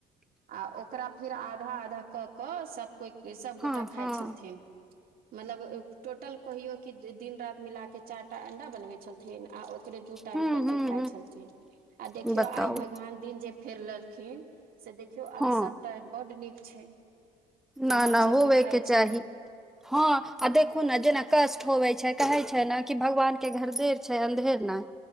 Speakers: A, on the right (about 60°); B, in the centre.
A: आ ओकरा फेर आधा आधा कऽ कऽ सभ कोइ सभगोटा
B: हँ
A: खाइ
B: हँ
A: छलथिन। मतलब टोटल कहियो कि दिन राति मिला क चारि टा अंडा बनबै छल थिन आ ओकरे दु टाइम
B: हूँ
A: कर
B: हूँ
A: के खाय छलथिन आ देखियो
B: हूँ बताउ
A: आइ भगवान दिन जे फेर लेलखिन से देखियौ आब
B: हँ
A: सबटा बड नीक छै। आब
B: न
A: हमसभ
B: न होबेके
A: भी खाइ छियै
B: चाही, हँ आ देखू
A: तऽ
B: न जेना कष्ट होबे छै, कहै छै ने कि भगवान के घर देर छै अन्धेर नइ।